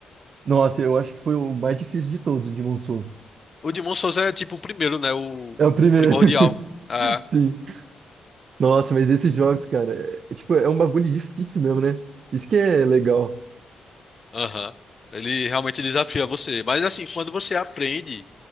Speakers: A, on the right; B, on the left.
A: Nossa, eu acho que foi o mais difícil de todos, o Demon Souls.
B: O Demon Souls é tipo o primeiro, né? O
A: É o primeiro.
B: primordial. Ah,
A: <laughs> Sim. Nossa, mas esses jogos, cara, é, é tipo, é um bagulho difícil mesmo, né? Isso que é legal.
B: aham. Ele realmente desafia você. Mas assim, quando você aprende